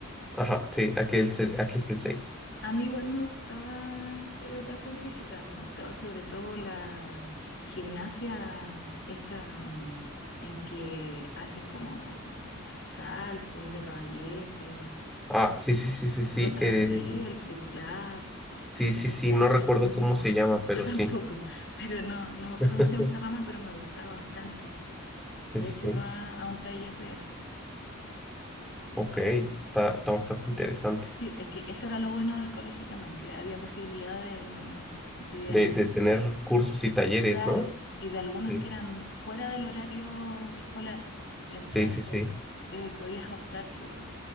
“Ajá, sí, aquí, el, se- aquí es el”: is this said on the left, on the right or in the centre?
Centre